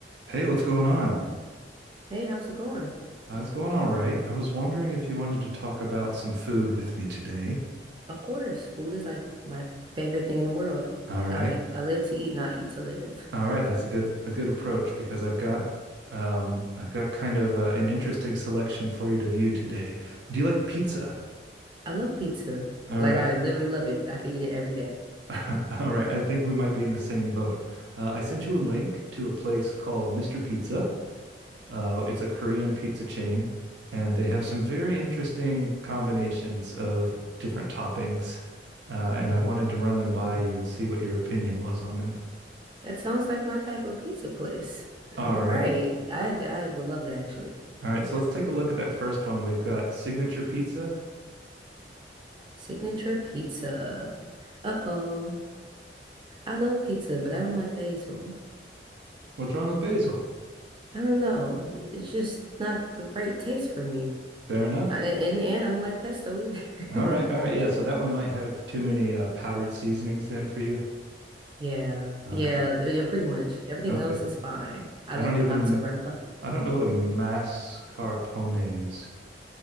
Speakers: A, on the right (about 75°); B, on the right (about 30°).
A: Hey, what's going on?
B: Hey, how's it going?
A: Uh, it's going all right. I was wondering if you wanted to talk about some food with me today.
B: Of course, food is like my favorite thing in the world.
A: All right.
B: I I live to eat and I eat to live.
A: All right, that's a good a good approach because I've got um I've got kind of uh, an interesting selection for you to view today. Do you like pizza?
B: I love pizza.
A: All
B: Like
A: right.
B: I literally love it. I could eat it every day.
A: <laughs>
B: <laughs>
A: All right. I think we might be in the same boat. Uh, I sent you a link to a place called Mr. Pizza. Uh, it's a Korean pizza chain, and they have some very interesting combinations of different toppings. Uh, and I wanted to run them by you and see what your opinion was on them.
B: That sounds like my type of pizza place.
A: All
B: All
A: right.
B: right. I I would love that actually.
A: All right. So let's take a look at that first one. We've got signature pizza.
B: Signature pizza. Uh-oh. I love pizza, but I don't like basil.
A: What's wrong with basil?
B: I don't know. It- It's just not the right taste for me.
A: Fair enough.
B: I, and and I don't like pesto either.
A: All
B: <laughs>
A: right. All right. Yeah. So that one might have too many uh, powdered seasonings then for you.
B: Yeah,
A: All
B: yeah,
A: right. uh,
B: yeah, pretty much. Everything
A: okay.
B: else is fine. I
A: I
B: like
A: don't
B: the
A: even,
B: mozzarella.
A: I don't know what a mascarpone is.